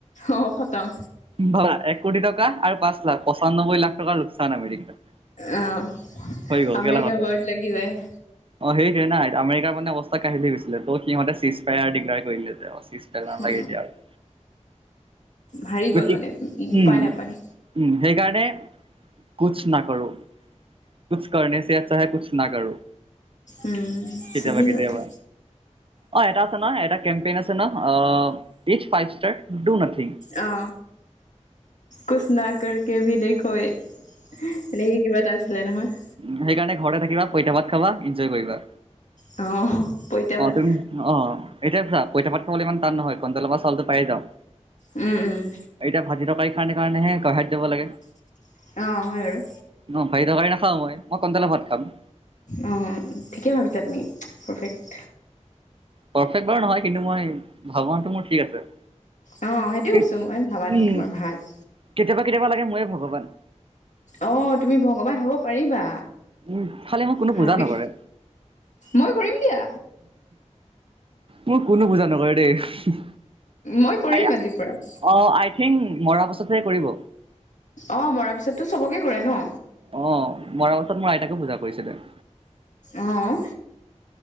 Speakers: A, on the left; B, on the right.
A: অ', খতম।
B: ভাল, এক কোটি টকা আৰু পাঁচ লাখ পঁচান্নব্বৈ টকাৰ লোকচান আমেৰিকাৰ।
A: অ',
B: হৈ গ'ল
A: আমেৰিকাৰ
B: গেলা খতম।
A: ৱাৰ্ড লাগি যায়
B: অ', সেইটোৱে না আমৰিকাৰ মানে অৱস্থা কঢ়িল হৈ গৈছিলে ত', সিহতে চীজ ফায়াৰ ডিক্লায়াৰ কৰিলে যে
A: অ
B: <unintelligible> এতিয়া আৰু।
A: হাৰি
B: গতিক
A: গ'ল মানে উপায়
B: উম
A: নাপায়।
B: উম, সেইকাৰণে কোচ নাকৰো। কোছ কৰনেছে আচ্ছা হে কোছ না কৰো।
A: উম
B: কেতিয়াবা
A: চহী
B: কেতিয়াবা।
A: কথা
B: অ', এটা আছে নহয় এটা কেম্পেইন আছে ন অ' ইচ্ ফাইপ ইষ্টাৰ দো নাথিঙ
A: অ কোচ না কাৰকে ভি দেখৌ এনেকে কিবা এটা আছিলে নহয়।
B: উম, সেইকাৰণে ঘৰতে থাকিবা পইতা ভাত খাবা, ইঞ্জয় কৰিবা।
A: অ'। পইতা
B: অ',
A: ভাত
B: তুমি অ', এতিয়া চোৱা পইতা ভাত খাবলে ইমান টান নহয় কন্ট্ৰলৰ পৰা চাউলটো পায়েই যাওঁ।
A: উম, উম।
B: এতিয়া ভাজি টৰকাৰী কাৰণে কাৰণেহে <unintelligible> যাব লাগে।
A: <unintelligible> অ', হয় বাৰু।
B: অহ ভাজি তৰকাৰি নাখাওঁ মই, মই কন্ট্ৰলৰ ভাত খাম।
A: অ ঠিকেই ভাবিছা তুমি পাৰফেক্ট
B: পাৰফেক্ট বাৰু নহয় কিন্তু মই ভাবনাটো মোৰ ঠিক আছে
A: অ সেইটোৱে কৈছোঁ
B: এই
A: মই ভাবাটো
B: উম
A: তোমাৰ ভাল
B: কেতিয়াবা কেতিয়াবা লাগে ময়েই ভগৱান
A: অহ তুমি ভগৱান হ'ব পাৰিবা
B: উম খালি মোক কোনো
A: ভাবি
B: পূজা নকৰে।
A: মই কৰিম দিয়া
B: মোক কোনো পুজা নকৰে দেই
A: মই কৰিম
B: আই
A: আজিৰ পৰা
B: অ আই থিংক মৰা পাছতহে কৰিব
A: অহ মৰাৰ পিছততো চবকে কৰে ন
B: অ মৰা পাছত মোৰ আইতাকো পুজা কৰিছিলে্
A: অহ'